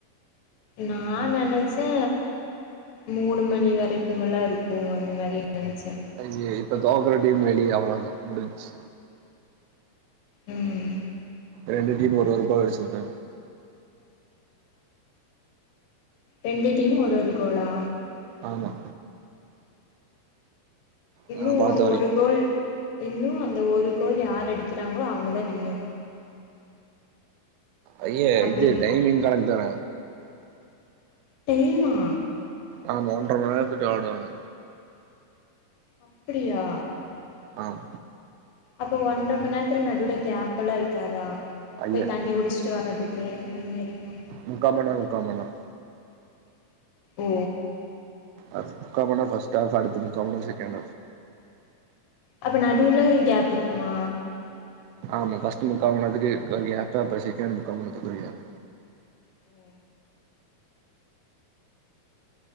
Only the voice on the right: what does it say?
ஐ சி ஐ இப்ப தோக்குற டீம் வெளியே அவ்வளதா முடிஞ்ச்சு
ரெண்டு டீம் ஒரு ஒரு கோல் அடிச்சிருப்பே
ஆமா
நா பாத்த வரைக்கு
அய
இது டைமிங் கடைக்ட் தான
ஆ மூன்ற மண்நேரத்கிட்ட ஆடுவாங்க
ஆம்
ஐய
முக்காமண் நேரோ முக்காமண் நேரோ
அஸ் முக்கா மண் நேர் ஃபஸ்ட் ஆப் அடுத்து முக்கா மண் நேர செக்கேண் ஆப்
ஆமா ஃபர்ஸ்ட்டு முக்காமண் நேரத்துக்கு அப்புற செக்கேண்டு முக்காமண் நேரத்துக் ஒரு கேப்